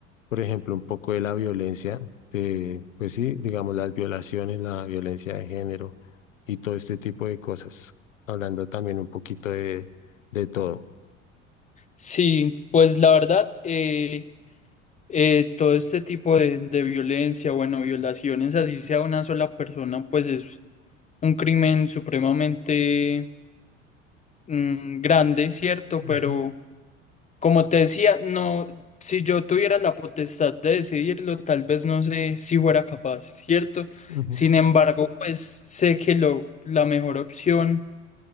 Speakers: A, on the left; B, on the left.
A: por ejemplo, un poco de la violencia, de, pues sí, digamos las violaciones, la violencia de género y todo este tipo de cosas, hablando también un poquito de, de todo.
B: Sí, pues la verdad, eh, eh, todo este tipo de, de violencia, bueno, violaciones, así sea una sola persona, pues es un crimen supremamente mm, grande, ¿cierto?
A: Ujú,
B: Pero Como te decía, no, si yo tuviera la potestad de decidirlo, tal vez no sé si fuera capaz, ¿cierto?
A: ujú,
B: Sin embargo, pues sé que lo, la mejor opción